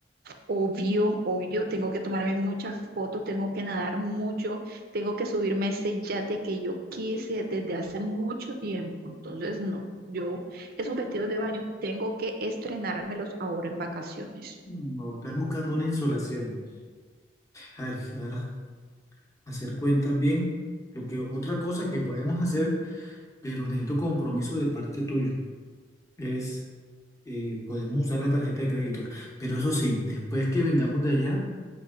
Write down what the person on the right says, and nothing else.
Obvio, obvio, tengo que tomarme muchas fotos, tengo que nadar mucho, tengo que subirme a ese yate que yo quise desde hace mucho tiempo, entonces no, yo esos vestidos de baño tengo que estrenármelos ahora en vacaciones.